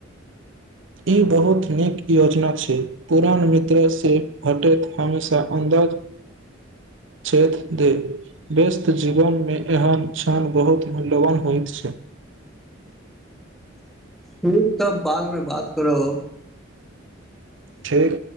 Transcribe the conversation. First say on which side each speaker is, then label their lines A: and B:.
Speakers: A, on the right (about 65°); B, in the centre.
A: ई बहुत नीक योजना छै पुरान मित्र से हटैत हमेशा अन्दाज छथि दे व्यस्त जीवन मे एहन क्षण बहुत मूल्यवान होइत छै
B: ठीक तब बादमे बात करब अब
A: ठीक